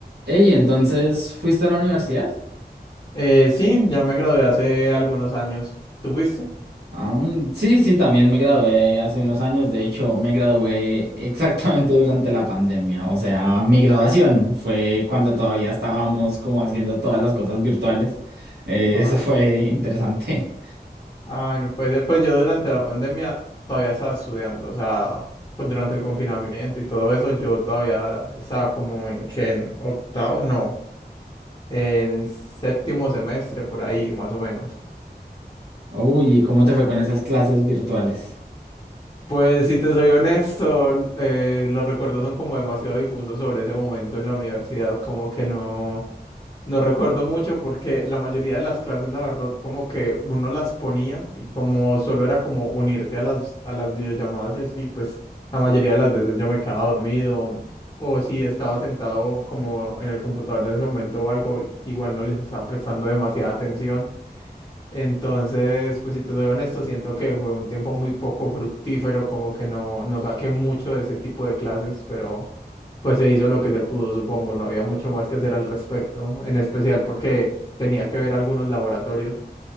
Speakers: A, on the right; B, on the left.
A: Ey, entonces, ¿fuiste a la universidad?
B: Eh, sí, ya me gradué hace algunos años. ¿Tú fuiste?
A: Aún- Sí, sí, también me gradué ahí hace unos años. De hecho, me gradué <laughs> exactamente durante la pandemia. O sea, mi graduación fue cuando todavía estábamos como haciendo todas las cosas virtuales. Eh,
B: Ay,
A: eso fue interesante.
B: ay, no puede ser. Pues yo durante la pandemia todavía estaba estudiando, o sea, cu- durante el confinamiento y todo eso, yo todavía estaba como en que en octavo, no, en séptimo semestre por ahí, más o menos.
A: <laughs> Uy, ¿y cómo te fue con esas clases virtuales?
B: Pues si te soy honesto, eh, los recuerdos son como demasiado difusos sobre ese momento en la universidad, como que no, no recuerdo mucho porque la mayoría de las clases, la verdad, como que uno las ponía y como solo era como unirte a las, a las videollamadas y así, pues la mayoría de las veces yo me quedaba dormido o si estaba sentado como en el computador en ese momento o algo, igual no les estaba prestando demasiada atención. Entonces, pues si te soy honesto, siento que fue un tiempo muy poco fructífero, como que no, no saqué mucho de ese tipo de clases, pero pues se hizo lo que se pudo, supongo, no había mucho más que hacer al respecto, en especial porque tenía que ver algunos laboratorios